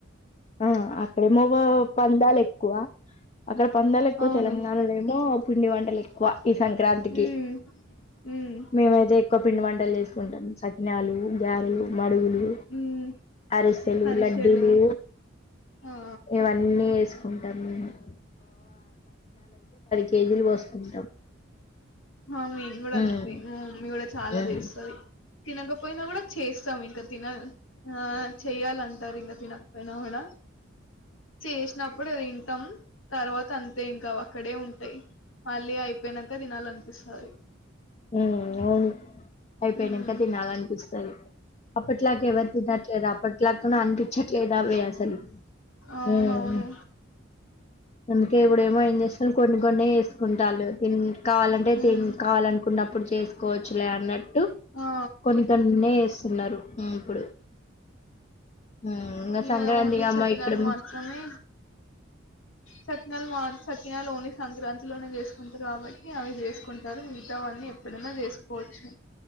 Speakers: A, on the left; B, on the left.
A: ఆ అక్కడే మగ పందాలు ఎక్కువ <unintelligible> అక్కడ పందాలు ఎక్కువ
B: అవును
A: తెలంగాణలో ఏమో పిండి వంట్ తెలికు <unintelligible> ఈ సంక్రాంతికి
B: మ్మ్ మ్మ్
A: మేమైతే ఒక పిండి వంటలు చేసుకుంటాం సకినాలు గ్యారలు <unintelligible> మడుగులు
B: మ్మ్
A: అరిసెలు
B: హరిసెలు
A: లడ్డూలు
B: ఆ
A: ఇవన్నీ తీస్ ఘంటామ <unintelligible> కేజీలు బోసుకుంటాం.
B: ఆ మీ కూడా
A: హ్మ్.
B: అంత మీ కూడా చాలా
A: హ్మ్.
B: తీస్తది తినకపోయినా కూడా చేస్తాం ఇంక తినాల చేయాలంటారు ఇంకా తినకపోయినా కూడా చేసినప్పుడు తింటాం తర్వాత అంతే ఇంక అక్కడే ఉంటాయి మళ్ళీ అయిపోయినాక తినాలనిపిస్తాది
A: హ్మ్ అవును అయిపోయినాకా
B: హ్మ్
A: తినాలనిపిస్తది అప్పట్లాకవత నాట్ <unintelligible> లేదు అప్పట్లాకూడా అనిపించ లేదా వే అసలు
B: అవునవును
A: హ్మ్ అందుకే ఇప్పుడ ఏమో ఏం చేస్తాను కొన్ని కొన్ని వేసుకుంటారు తిని కావాలంటే
B: హ్మ్
A: తి కావాలంటే న్నప్పుడు చేసుకోవచ్చులే అన్నట్టు
B: ఆ
A: కొన్ని కొన్నే వేస్తున్నారు ఉమ్ ఇప్పుడు హ్మ్. ఇంగ
B: ఇ
A: సంక్రాంతికమ్మ
B: ఓన్లీ సక్కింనల్
A: ఇక్కడ
B: మాత్రమే సకినాలు మా సకినాలు ఓన్లీ సంక్రాంతిలోనే చేసుకుంటారు కాబట్టి అవి చేసుకుంటారు మిగతావన్నీ ఎప్పుడైనా చేసుకోవచ్చు